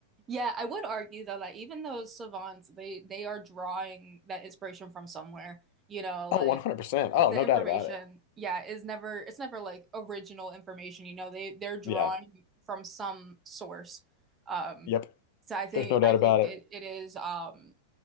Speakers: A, on the right; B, on the left.
A: Yeah, I would argue though that even those savants, they they are drawing that inspiration from somewhere. You know, like
B: Oh, 100%. Oh,
A: the
B: no
A: information,
B: doubt about it.
A: yeah, is never it's never like original information, you know. They they're drawing
B: Yeah.
A: from some source. Um
B: Yep.
A: so I think
B: There's no doubt
A: I think
B: about it.
A: it, it is um